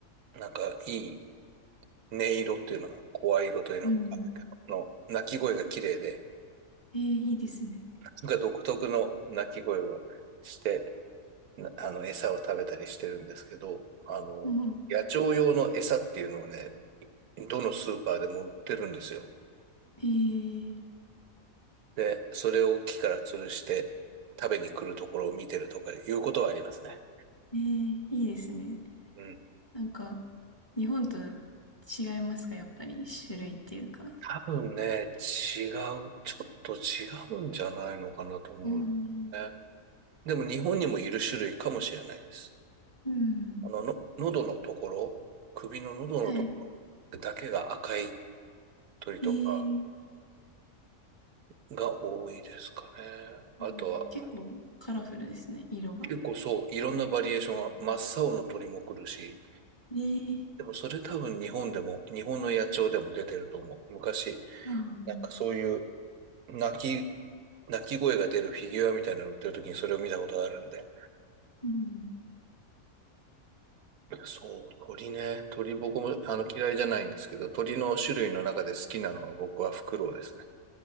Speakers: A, on the right (about 85°); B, on the left (about 20°).
A: なんかいい音色っていうのは、声色というのが分かんないけど、
B: うん。
A: の、鳴き声が綺麗で、
B: えー、いいですね。
A: なんか独特の鳴き声をして、あの、餌を食べたりしてるんですけど、あの、
B: うん。
A: 野鳥用の餌っていうのをね、どのスーパーでも売ってるんですよ。
B: えー、
A: で、それを木から吊るして食べに来るところを見てるとかいうことはありますね。
B: えー、いいですね。
A: うん。
B: なんか、日本と違いますか、やっぱり、種類っていうか。
A: 多分ね、違う、ちょっと違うんじゃないのかなと思うんだよね。
B: うん。
A: でも日本にもいる種類かもしれないです。
B: うん。
A: あの、の、喉のところ、首の喉のところだけが赤い
B: はい。
A: 鳥とか
B: えー、
A: が多いですかね。あとは、
B: うん、結構カラフルですね、色が。
A: 結構そう、いろんなバリエーションが、
B: うん
A: 真っ青の鳥も来るし、
B: えー、
A: でもそれ多分日本でも、日本の野鳥でも出てると思う。昔、
B: あー、
A: なんかそういう鳴き、鳴き声が出るフィギュアみたいなの売ってる時にそれを見たことがあるんで。
B: うん。
A: そう、鳥ね。鳥僕もあの嫌いじゃないんですけど、鳥の種類の中で好きなのは僕はフクロウですね。